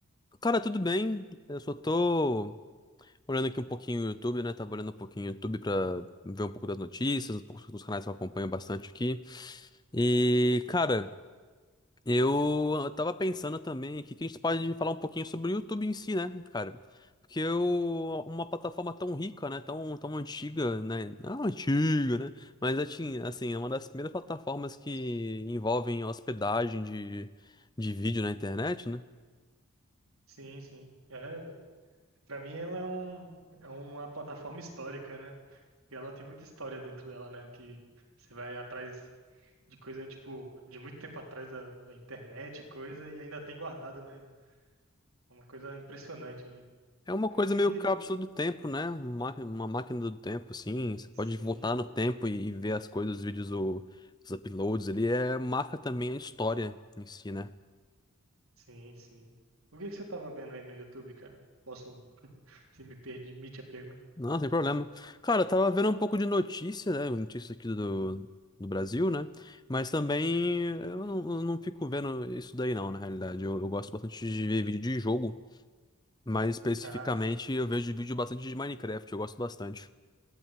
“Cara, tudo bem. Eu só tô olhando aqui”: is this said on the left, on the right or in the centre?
Left